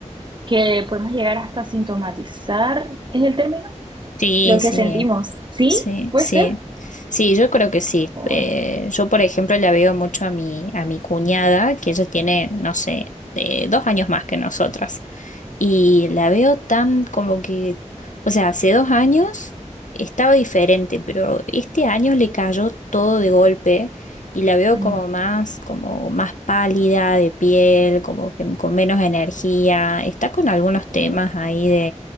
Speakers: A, on the right; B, on the left.
A: que podemos llegar hasta sintomatizar, ¿es el término?
B: sí,
A: Lo que
B: sí.
A: sentimos, ¿sí?
B: Sí,
A: ¿Puede
B: sí,
A: ser?
B: sí, yo creo que sí. Eh,
A: Ay,
B: yo, por ejemplo, la veo mucho a mi, a mi cuñada, que ella tiene, no sé, eh, dos años más que nosotras. Y la veo tan como que, o sea, hace dos años estaba diferente, pero este año le cayó todo de golpe y la veo
A: mm,
B: como más, como más pálida de piel, como que con menos energía. Está con algunos
A: yo-
B: temas ahí